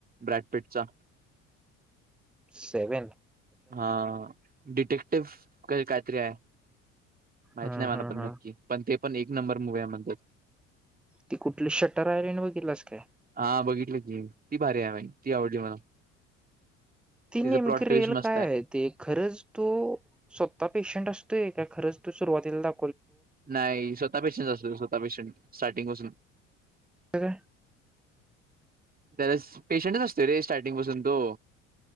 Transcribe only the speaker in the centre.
सेवेन?
हम्म
हम्म
हम्म
ती कुठली शटर राहिली आणि बघितलास काय?
ती
नेमकी
रिल
काय आहे ते खरंच तो स्वत पेशंट असत तोय काय खरच त्यो सुरवातीला डा
हा काय.